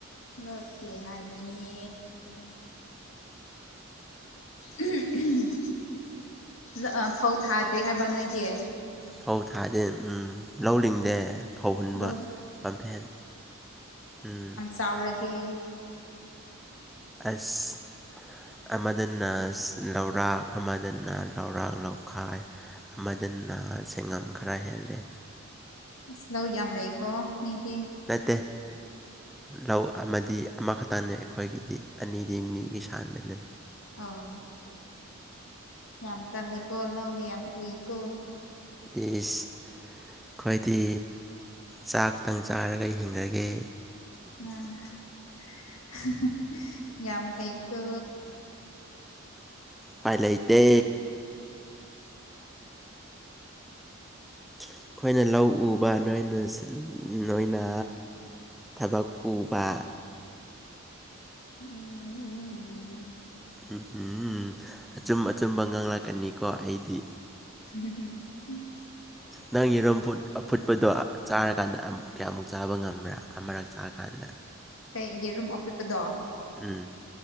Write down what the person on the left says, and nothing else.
ꯂꯣꯠꯇꯦ ꯍꯥꯏꯕꯅꯦ ꯎꯝ ꯎꯝ ꯂ ꯐꯧ ꯊꯥꯗ꯭ꯔꯤ ꯍꯥꯏꯕ ꯅꯣꯏꯒꯤ
ꯂꯧ
ꯇꯥꯎꯔꯒꯦ
ꯑꯁ ꯂꯧ ꯌꯥꯝ ꯂꯩꯀꯣ ꯃꯤꯗꯤ
ꯑꯣ ꯌꯥꯝ ꯀꯜꯂꯦꯀꯣ ꯂꯧꯒ ꯌꯥꯝ ꯎꯏꯀꯣ
ꯑ ꯍ ꯍ ꯍ ꯌꯥꯝ ꯐꯩꯀꯣ
ꯎꯝ ꯎꯝ ꯎꯝ
<unintelligible>
ꯀꯩ ꯌꯦꯔꯨꯝ ꯑꯐꯨꯠꯄꯗꯣ